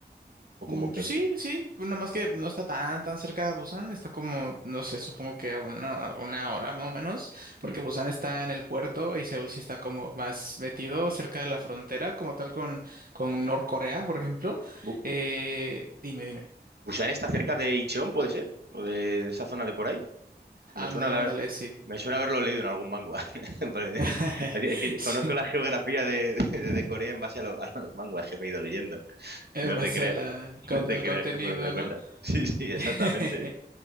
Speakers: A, on the right; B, on the right.
A: o
B: Mm,
A: cómo crees
B: Pues sí,
A: que es?
B: sí, pues nada más
A: Mm,
B: que no está tan, tan cerca de Busan, está como, no sé, supongo que a una, una hora más o menos, porque
A: mm,
B: Busan está en el puerto y Seúl sí está como más metido
A: mm.
B: cerca de la frontera, como tal con, con Norcorea, por
A: mm.
B: ejemplo.
A: Bu-
B: Eh, dime, dime.
A: ¿Busan está cerca de Incheon, puede ser? ¿O de, de esa zona de por ahí? Que
B: Ándale,
A: me suena la...
B: ándale, sí.
A: Me suena haberlo leído en algún manga. <laughs> Porque
B: <laughs>
A: Es que
B: Sí,
A: conozco la geografía de, de- de Corea en base a, lo- a los mangas que me he ido leyendo.
B: en
A: No
B: base
A: te creas,
B: a la- al, con-
A: no te
B: al
A: creas
B: contenido,
A: que por otra cosa.
B: ¿no?
A: <laughs> Sí, sí, exactamente.
B: <laughs>
A: ¿eh?